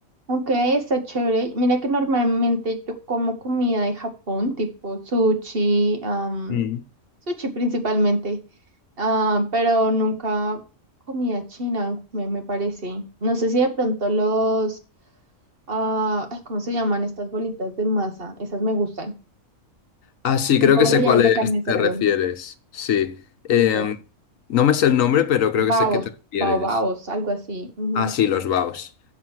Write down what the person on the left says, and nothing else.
Mm.
Ah, sí,
creo
que sé
cuál
es,
te refieres, sí. Em,
no me sé el nombre, pero
creo que sé qué te refieres.
Ah, sí, los baos.